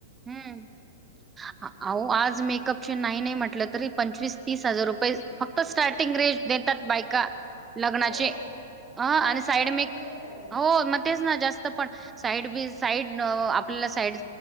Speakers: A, on the right; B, on the left.
A: हम्मं आं अंहो आंज मेकअपचे नाहीं नाहीं म्हटलं तरी पंचवीस तीस हजांर रुपये फक्तं स्टार्टिंग रेंज देतांत बायंका लग्नांचे
B: हो
A: अं आणि
B: जास्त
A: साईड
B: पण कमी
A: मेकप
B: नाही ताई
A: हो मं तेचं पणं साईड आपल्यांला साईड